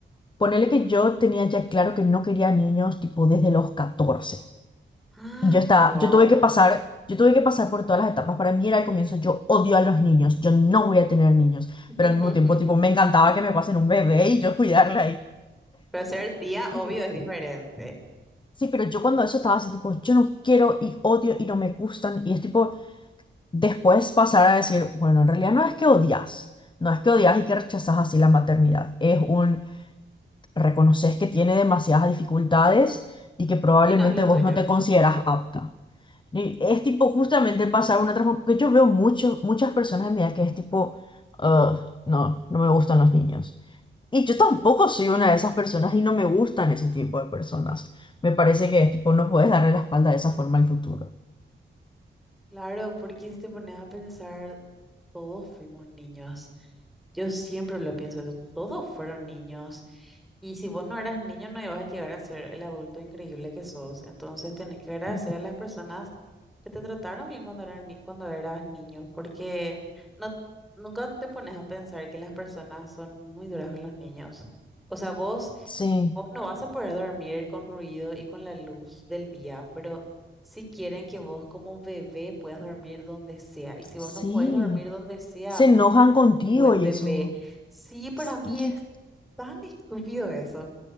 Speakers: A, on the left; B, in the centre.
A: Ponele que yo tenía ya claro que no quería niños tipo desde los catorce
B: ¡Ah!
A: Y yo estaba,
B: ¡Wow!
A: yo tuve que pasar, yo tuve que pasar por todas las etapas. Para mí era al comienzo, yo odio a los niños, yo no voy a tener niños.
B: <laughs>
A: Pero al mismo tiempo, tipo, me encantaba que me pasen un bebé y yo cuidarla ahí.
B: Pero ser tía,
A: Y,
B: obvio, es diferente,
A: sí, pero yo cuando eso estaba así, tipo, yo no quiero y odio y no me gustan. Y es tipo, después pasar a decir, bueno, en realidad no es que odias, no es que odias y que rechazas así la maternidad. Es un reconoces que tiene demasiadas dificultades y que probablemente
B: y no es lo tuyo.
A: vos no te consideras apta. Y es tipo justamente pasar una transformación, porque yo veo mucho, muchas personas de mi edad que es tipo, "Ugh, no, no me gustan los niños. Y yo tampoco
B: Sí.
A: soy una de esas personas y no me gustan ese tipo de personas. Me parece que tipo no puedes darle la espalda de esa forma al futuro.
B: Claro, porque si te pones a pensar, todos fuimos niños. Yo siempre lo pienso eso. Todos fueron niños. Y si vos no eras niño, no ibas a llegar a ser el adulto increíble que sos. Entonces tenés que agradecer
A: Ujú.
B: a las personas que te trataron bien cuando eras, ni- cuando eras niño, porque no, nunca te pones a pensar que las personas son muy duras con los niños. O sea, vos
A: Sí,
B: Vos no vas a poder dormir con ruido y con la luz del día, pero si quieren que vos como bebé puedas dormir donde sea. Y si vos
A: sí.
B: no podés dormir donde sea,
A: Se
B: vos
A: enojan
B: no sos
A: contigo
B: un buen
A: y
B: bebé.
A: eso.
B: Sí, para
A: Sí.
B: mí es tan estúpido eso.